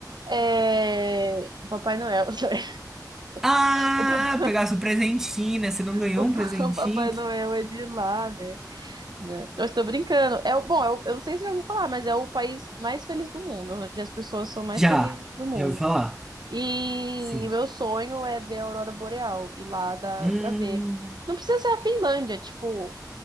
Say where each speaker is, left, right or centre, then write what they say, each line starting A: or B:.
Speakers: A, on the right; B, in the centre.
A: É, o Papai Noel, <laughs>
B: Ah,
A: o Papai,
B: pegasse o presentinho, né? Você não ganhou
A: o
B: um
A: Pa-
B: presentinho?
A: <laughs> o Papai Noel é de lá, né? Né? Eu estou brincando. É, o- bom, eu, eu não sei se você já ouviu falar, mas é o país mais feliz do mundo, onde as pessoas são mais
B: Já,
A: felizes do mundo.
B: já ouvi falar.
A: E
B: Sim.
A: meu sonho é ver a aurora boreal, ir lá dá
B: Hum,
A: pra ver. Não precisa ser a Finlândia, tipo,